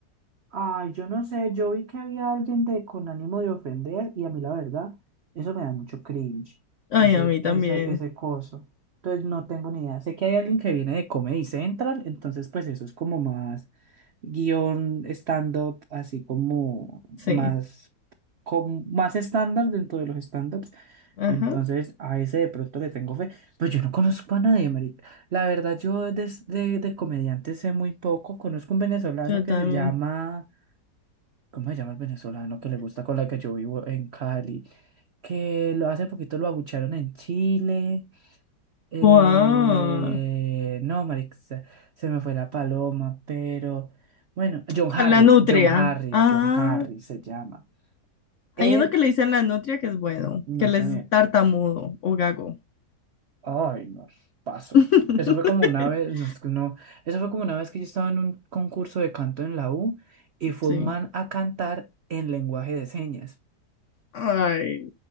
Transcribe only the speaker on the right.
Ay, yo no sé, yo vi que había alguien de con ánimo de ofender y a mí la verdad, eso me da mucho cringe,
ese,
ese,
ese coso. Entonces no tengo ni idea. Sé que hay alguien que viene de Comedy Central, entonces pues eso es como más guión stand-up, así como
más, con, más estándar dentro de los stand-ups.
Entonces a ese de pronto le tengo fe, pero yo no conozco a nadie, marica. La verdad, yo des- de, de comediantes sé muy poco. Conozco un venezolano
que
se llama... ¿Cómo se llama el venezolano que le gusta con la que yo vivo en Cali? Que lo hace poquito lo abuchearon en Chile. Eh,
no, marica, se se me fue la paloma, pero bueno, John
Harris,
John Harris,
John Harris se llama. Él,
no
también.
Ay, no, paso.
Eso fue como una vez, no, es que no, eso fue como una vez que yo estaba en un concurso de canto en la U y fue
un man a cantar en lenguaje de señas.